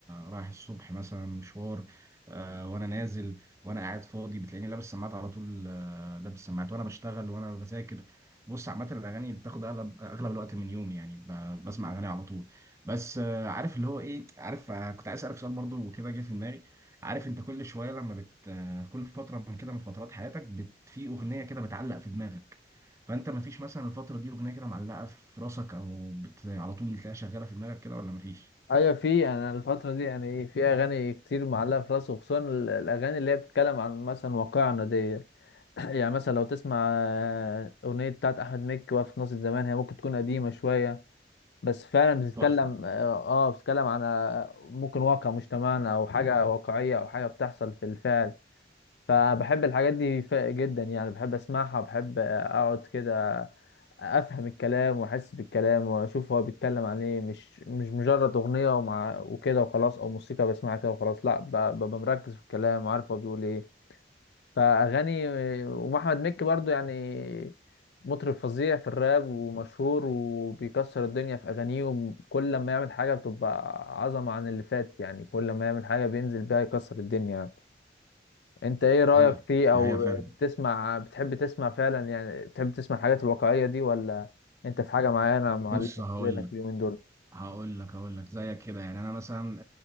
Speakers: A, on the right; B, on the left.
A: رايح الصبح مثلا مشوار آه، وانا نازل وانا قاعد فاضي بتلاقيني لابس سماعات على طول آه، لابس سماعات وانا بشتغل وانا بذاكر بص عامه الاغاني بتاخد اغلب اغلب الوقت من يومي يعني ب- بسمع اغاني على طول بس آه، عارف اللي هو ايه عارف آه، كنت عايز اسالك سؤال برضو وكده جه في دماغي عارف انت كل شويه لما بت آه، كل فتره من كده من فترات حياتك بت... في اغنيه كده بتعلق في دماغك فانت مفيش مثلا الفتره دي اغنيه كده معلقه في راسك او بت... على طول بتلاقيها شغاله في دماغك كده ولا مفيش
B: ايوه في انا الفتره دي يعني ايه في اغاني كتير معلقه في راسي وخصوصا ال- الاغاني اللي هي بتتكلم عن مثلا واقعنا دي <clears throat> يعني مثلا لو تسمع آه، اغنيه بتاعت احمد مكي وقفت ناصية زمان هي ممكن تكون قديمه شويه بس فعلا بتتكلم
A: لا تحفه
B: اه آه، بتتكلم عن آه، ممكن واقع مجتمعنا او حاجه واقعيه او حاجه بتحصل في الفعل فبحب الحاجات دي ف- جدا يعني بحب اسمعها وبحب اقعد كده افهم الكلام واحس بالكلام واشوف هو بيتكلم عن ايه مش مش مجرد اغنيه ومع وكده وخلاص او موسيقى بسمعها كده وخلاص لا ب- ببقى مركز في الكلام وعارف هو بيقول ايه فاغاني ومحمد مكي برضو يعني مطرب فظيع في الراب ومشهور وبيكسر الدنيا في اغانيه وكل لما يعمل حاجه بتبقى عظمه عن اللي فاتت يعني كل لما يعمل حاجه بينزل بيها يكسر الدنيا انت ايه رأيك
A: هي
B: فيه
A: ده
B: او
A: هي فعلا
B: بتسمع بتحب تسمع فعلا يعني بتحب تسمع الحاجات الواقعية دي ولا انت في حاجة معينة معلقة
A: بص هقول
B: في ذهنك
A: لك
B: اليومين دول
A: هقول لك هقول لك زيك كده يعني انا مثلا